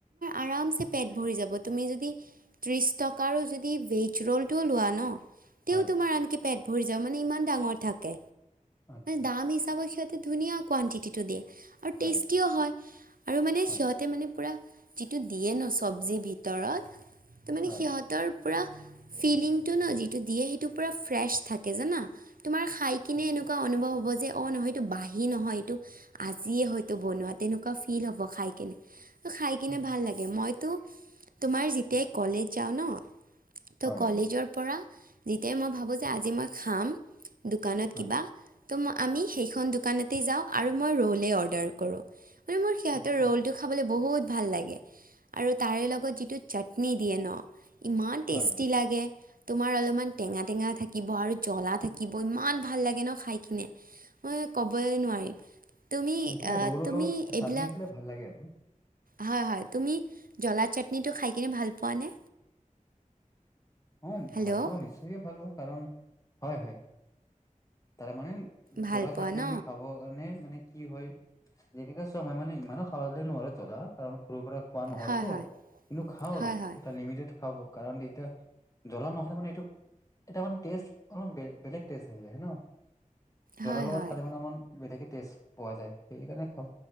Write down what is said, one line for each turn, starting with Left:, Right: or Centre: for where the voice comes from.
Right: আৰামচে পেট ভৰি যাব। তুমি য ত্ৰিশ টকাৰো যদি ভেজ ৰ'লটো লোৱা ন তেও
Left: হয়
Right: তোমাৰ আনকি পেট ভৰি যাব মানে ইমান ডাঙৰ থাকে।
Left: আচ্ছা
Right: দাম হিচাপত সিহঁতি ধুনীয়া। কোৱণ্টিটিটো দিয়ে আৰু
Left: হয়
Right: টেষ্টিও হয়। আৰু মানে
Left: হয়
Right: সিহঁতে মানে পূৰা যিটো দিয়ে ন চব্জিৰ ভিতৰত তাৰ মানে
Left: হয়
Right: সিহঁতৰ পৰা ফিলিংটো ন যিটো দিয়ে সেইটো পুৰা ফ্ৰেছ থাকে জানা। তোমাৰ খাই কিনে
Left: আচ্ছা
Right: এনেকুৱা অনুভৱ হ'ব যে, অঁ নহয় এইটো বাঁহী নহয়, এইটো আজিয়ে হয়তো বনোৱা। তেনেকুৱা ফিল হ'ব খাই কেনে। খাই কিনে
Left: হয়
Right: ভাল লাগে। মইতো তোমাৰ যেতিয়াই কলেজ যাওঁ ন ত'
Left: হয়
Right: কলেজৰ
Left: হয়
Right: পৰা যেতিয়াই মই ভাবোঁ যে আজি মই খাম দোকানত
Left: হয়
Right: কিবা। ত' আমি সেইখন দোকানতেই যাওঁ আৰু মই ৰ'লেই অৰ্ডাৰ কৰোঁ। মানে মোৰ সিহঁতৰ
Left: আচ্ছা
Right: ৰ'লটো খাবলৈ বহুত ভাল লাগে আৰু তাৰে লগত যি টো চাটনি দিয়ে ন, ইমান টেষ্টটি
Left: হয়
Right: লাগে। তোমাৰ অলপমান টেঙা টেঙা থাকিব আৰু জ্বলা থাকিব ইমান ভাল লাগে ন খাই। মই ক'বই নোৱাৰিম। তুমি
Left: এইটোৱে
Right: আহ
Left: ৰোলৰ
Right: তুমি
Left: লগত চাটনি
Right: এইবিলাক
Left: দিলে ভাল লাগে আৰু।
Right: হয় হয়। তুমি জলা চাটনিটো খাই কিনে ভাল পোৱা নে?
Left: উ
Right: হেল্ল'
Left: ভাল পাওঁ নিশ্চয়কে ভাল পাওঁ। কাৰণ হয় হয় তাৰ মানে
Right: ভাল
Left: জলা
Right: পোৱা
Left: চাটনি
Right: ন
Left: খাব কাৰণে মানে কি হয়, যেনেকা চোৱা মই মানে ইমানো খাবালে নোৱাৰো জ্বলা কাৰণ, সৰুৰ পৰা খোৱা নহ'লতো,
Right: হয় হয়
Left: কিন্তু খাও
Right: হয়
Left: আৰু
Right: হয়
Left: এটা লিমিটেড খাব কাৰণ এতিয়া জ্বলা নহ'লে মানে এটা মষ্ট অলমান বেলেগ টেষ্ট আহি যায় হ ন। জ্বলাৰ
Right: হয়
Left: লগত
Right: হয়
Left: খালে মানে অলমান বেলেগে টেষ্ট পোৱা যায়, সেইকাৰণে খাওঁ।